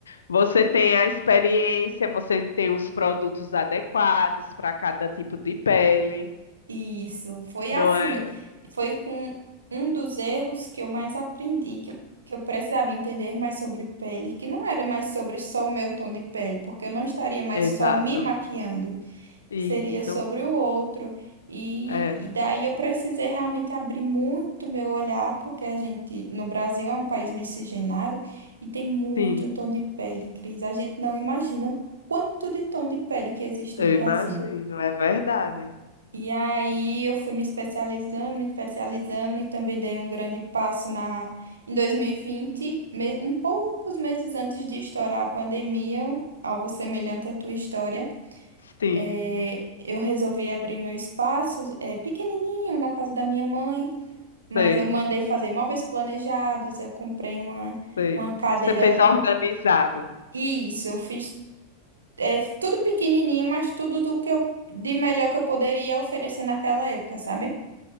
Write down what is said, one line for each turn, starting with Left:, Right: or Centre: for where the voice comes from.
Left: Você tem a experiência, você tem os produtos adequados para cada tipo de pele,
Right: Isso, foi
Left: não
Right: assim.
Left: é?
Right: Foi com um dos erros que eu mais aprendi, que eu, que eu precisava entender mais sobre pele, que não era mais sobre só o meu tom de pele, porque eu não estaria mais
Left: Exato.
Right: só me maquiando.
Left: Isso.
Right: seria sobre o outro. E,
Left: É,
Right: e daí eu precisei realmente abrir muito meu olhar, porque a gente, no Brasil, é um país miscigenado e tem muito
Left: sim,
Right: tom de pele, Cris. A gente não imagina o quanto de tom de pele que existe
Left: eu
Right: no Brasil.
Left: imagino, é verdade.
Right: E aí eu fui me especializando, me especializando e também dei um grande passo na em 2020, me... um poucos meses antes de estourar a pandemia, algo semelhante à tua história.
Left: Sim,
Right: É, eu resolvi abrir meu espaço, é, pequenininho, na casa da minha mãe, mas
Left: sei,
Right: eu mandei fazer móveis planejados, eu comprei uma,
Left: sei.
Right: uma cadeira.
Left: Você fez organizado.
Right: Isso, eu fiz, é, tudo pequenininho, mas tudo do que eu, de melhor que eu poderia oferecer naquela época, sabe?